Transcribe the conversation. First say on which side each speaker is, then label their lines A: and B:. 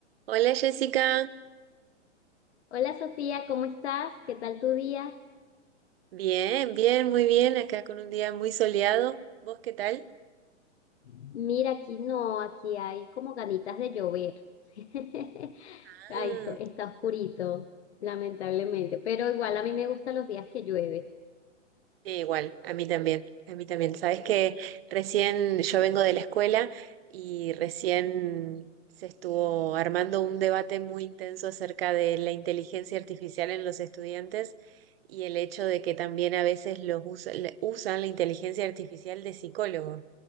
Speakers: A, on the right; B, on the left.
A: Hola Jessica,
B: Hola Sofía, ¿cómo estás? ¿Qué tal tu día?
A: bien, bien, muy bien, acá con un día muy soleado. ¿Vos qué tal?
B: Mira, aquí no, aquí hay como ganitas de llover. <laughs>
A: Ah,
B: Ay, co- está oscurito, lamentablemente, pero igual a mí me gustan los días que llueve.
A: sí, igual, a mí también, a mí también. Sabes que recién yo vengo de la escuela y recién se estuvo armando un debate muy intenso acerca de la inteligencia artificial en los estudiantes y el hecho de que también a veces los usa- le- usan la inteligencia artificial de psicólogo.